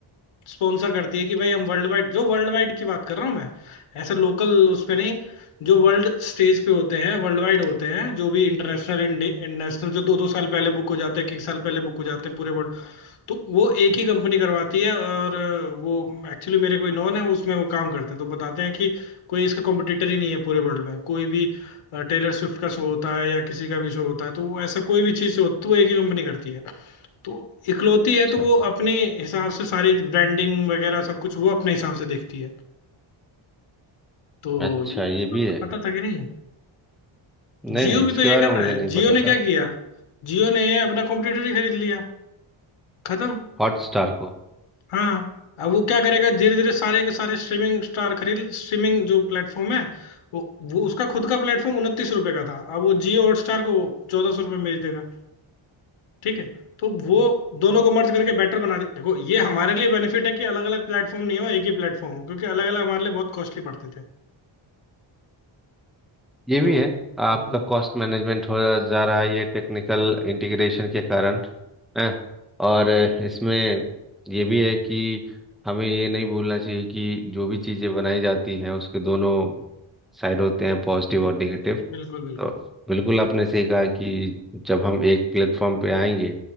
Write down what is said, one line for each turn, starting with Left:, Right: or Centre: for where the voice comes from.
Left: स्पॉन्सर करती है कि भाई हम वर्ल्ड वाइड जो वर्ल्ड वाइड की बात कर रहा हूँ मैं ऐसे लोकल उसमें नहीं जो वर्ल्ड स्टेज पे होते हैं वर्ल्ड वाइड होते हैं जो भी इंटरनेशनल नेशनल जो दो दो साल पहले बुक हो जाते हैं एक एक साल पहले बुक हो जाते हैं पूरे वर्ल्ड तो वो एक ही कंपनी करवाती है और वो एक्चुअली मेरे कोई नॉन है उसमें वो काम करते हैं तो बताते हैं कि कोई इसका कॉम्पिटिटर ही नहीं है पूरे वर्ल्ड में कोई भी टेलर स्विफ्ट का शो होता है या किसी का भी शो होता है तो वो ऐसा कोई भी चीज़ होती है वो एक ही कंपनी करती है तो इकलौती
Centre: अच्छा
Left: है तो वो अपने हिसाब से सारी ब्रांडिंग वगैरह सब कुछ वो अपने हिसाब से देखती है तो
Centre: अच्छा
Left: ये
Centre: ये
Left: इस बात
Centre: भी है
Left: का पता था कि नहीं
Centre: नहीं
Left: जियो
Centre: नहीं
Left: भी
Centre: इसके
Left: तो ये
Centre: बारे
Left: कर
Centre: में
Left: रहा
Centre: मुझे
Left: है
Centre: नहीं
Left: जियो
Centre: पता
Left: ने क्या
Centre: था
Left: किया जियो ने अपना कॉम्पिटिटर ही खरीद लिया खत्म
Centre: हॉटस्टार को
Left: हाँ अब वो क्या करेगा धीरे धीरे सारे के सारे स्ट्रीमिंग स्टार खरीद स्ट्रीमिंग जो प्लेटफॉर्म है वो वो उसका खुद का प्लेटफॉर्म उनतीस रुपए का था अब वो जियो हॉटस्टार को चौदह सौ रुपये बेच देगा ठीक है तो वो दोनों को मर्ज करके बेटर बना दे देखो ये हमारे लिए बेनिफिट है कि अलग अलग प्लेटफॉर्म नहीं हो एक ही प्लेटफॉर्म हो क्योंकि अलग अलग हमारे लिए बहुत कॉस्टली पड़ते थे
Centre: ये भी
Left: तो
Centre: है आपका
Left: हम्म,
Centre: कॉस्ट मैनेजमेंट हो जा रहा है ये टेक्निकल इंटीग्रेशन के कारण हैं और इसमें ये भी है कि हमें ये नहीं भूलना चाहिए कि जो भी चीज़ें बनाई जाती हैं उसके दोनों साइड होते हैं पॉजिटिव और नेगेटिव
Left: बिल्कुल बिल्कुल
Centre: तो बिल्कुल आपने सही कहा कि जब हम एक प्लेटफॉर्म पे आएंगे